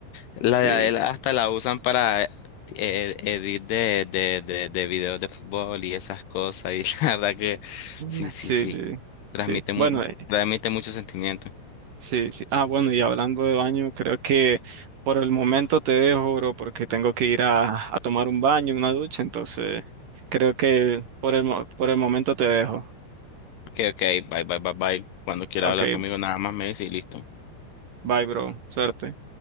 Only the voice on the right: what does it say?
Sí,
Mm.
sí,
sí,
sí.
Bueno, eh,
Sí, sí. Ah, bueno, y hablando de baño, creo que por el momento te dejo, bro, porque tengo que ir a, a tomar un baño, una ducha, entonces creo que por el, mo- por el momento te dejo.
Ok,
bye, bro. Suerte.